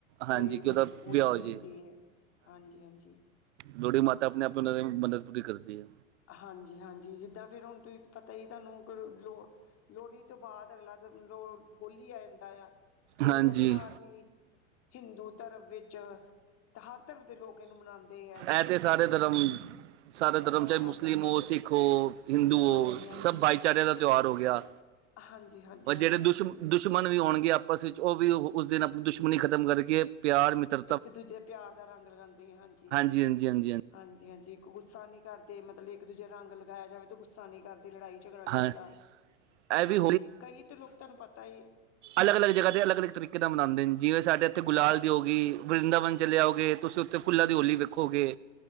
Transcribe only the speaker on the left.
ਤੇ
ਮੰਨਤ
ਪੂਰੀ
ਵੀ
ਹੁੰਦੀ ਏ। ਹਾਂਜੀ ਹਾਂਜੀ।
ਹਾਂਜੀ ਹਾਂਜੀ ਜਿੱਦਾਂ ਫਿਰ ਹੁਣ ਤੁਹੀ ਤਾ ਪਤਾ ਹੀ ਆ ਤਾਨੂੰ ਲੋ ਲੋਹੜੀ ਤੋਂ ਬਾਅਦ ਅਗਲਾ ਜ-ਲੋ ਹੋਲੀ ਆ ਜਾਂਦਾ ਆ। ਹੋਲੀ
ਦਾ ਤਿਉਹਾਰ ਵੀ ਹਿੰਦੂ ਧਰਮ ਵਿੱਚ ਚ, ਹਰ ਧਰਮ ਦੇ ਲੋਕ ਇਨੂੰ ਮਨਾਦੇ ਐ
ਹਾਂ
ਹਾਂਜੀ-ਹਾਂਜੀ
ਹਾਂਜੀ-ਹਾਂਜੀ-ਹਾਂਜੀ
ਇੱਕ ਦੂਜੇ ਪਿਆਰ ਦਾ ਰੰਗ ਲਗਾਂਦੇ ਹਾਂਜੀ
ਹਾਂਜੀ ਹਾਂਜੀ। ਇਕ ਗੁੱਸਾ ਨੀ ਕਰਦੇ, ਮਤਲਬ ਇੱਕ ਦੂਜੇ ਰੰਗ ਲਗਾਇਆ ਜਾਵੇ ਤੇ ਗੁੱਸ ਸਾ ਨੀ ਕਰਦੇ, ਲੜਾਈ ਝਗੜਾ ਨੀ
ਹੁੰਦਾ।
ਹਾਂਜੀ,
ਕਈ ਤਾਂ ਲੋਕ ਤੁਹਾਨੂੰ ਪਤਾ ਈ ਐ
ਹਾਂਜੀ